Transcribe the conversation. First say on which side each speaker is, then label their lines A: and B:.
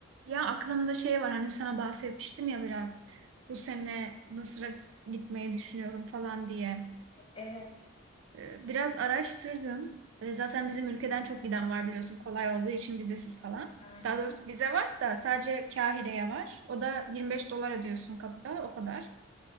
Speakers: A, on the right (about 65°); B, on the left (about 25°).
A: Ya aklımda şey var hani sana bahsetmiştim ya biraz bu sene Mısır'a gitmeyi düşünüyorum falan diye.
B: Evet.
A: Ee, Biraz araştırdım. Ee, Zaten bizim ülkeden çok giden var biliyorsun kolay olduğu için vizesiz falan.
B: Hı hı.
A: Daha doğrusu vize var da sadece Kahire'ye var. O da 25 dolar ödüyorsun kapıda o kadar.